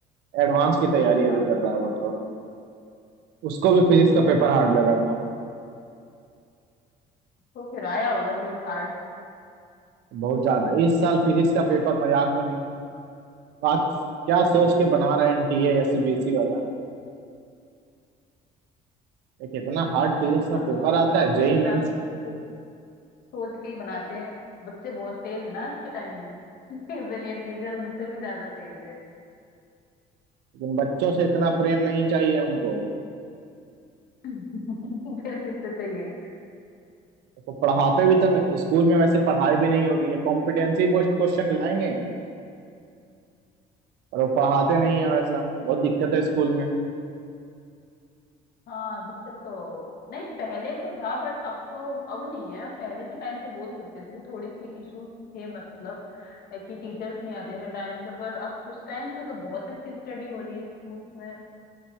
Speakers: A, on the right; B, on the left.
A: एडवांस की तैयारी
B: अच्छा
A: अभी कर रहा है वो तो उसको भी
B: हम्म,
A: फिजिक्स का पेपर
B: अच्छा
A: हार्ड लगा था
B: तो फिर आया होगा फिर हार्ड
A: बहुत ज्यादा इस साल फिजिक्स का पेपर मजाक में नहीं आज क्या सोच के बना रहा है एनटीए या सीबीएसई वाला एक इतना हार्ड फिजिक्स
B: पेपर
A: का पेपर
B: तो
A: आता है
B: अपने
A: जेई
B: हिसाब
A: मेंस
B: से सोच सोच के ही बनाते हैं बच्चे बहुत तेज है ना आज के टाइम में <laughs> इसलिए टीचर उनसे भी ज्यादा तेज
A: लेकिन बच्चों से इतना प्रेम नहीं चाहिए हमको
B: है <laughs> फिर किससे चाहिए
A: तो पढ़ाते भी तो नहीं स्कूल में वैसे पढ़ाई भी नहीं होती है कॉम्पिटेंसी बेस्ड क्वेश्चन लाएंगे और वो पढ़ाते नहीं है वैसा बहुत दिक्कत है स्कूल में
B: हाँ दिक्कत तो नहीं पहले तो था बट अब तो अब नहीं है पहले के टाइम पे बोल सकते थे कि थोड़ी सी इश्यूज थे मतलब है कि टीचर्स नहीं आते थे टाइम पे पर अब कुछ टाइम से तो बहुत अच्छी स्टडी हो रही है स्कूल्स में